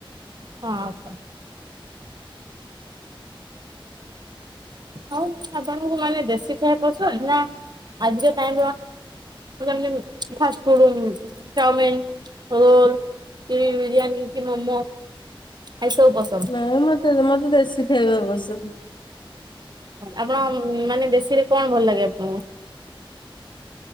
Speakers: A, on the right; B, on the left.
A: ହଁ ଅଛ। ଆଉ ଆପଣଙ୍କୁ ମାନେ ଦେଶୀ ଖାଇଆ ପସନ୍ଦ ନ ଆଜିର ଟାଇମ୍ ର ଯେମିତ କି ଫାଷ୍ଟ ଫୁଡ୍ ଚାଉମିନ, ରୋଲ୍ କି ବିରିୟାନୀ କି ମୋମୋ ଏସବୁ ପସନ୍ଦ।
B: ନାଇଁ ମତେ ମତେ ଦେଶୀ ଖାଇବା ପସନ୍ଦ।
A: ଆପଣ ମାନେ ଦେଶୀରେ କଣ ଭଲ ଲାଗେ ଆପଣଙ୍କୁ?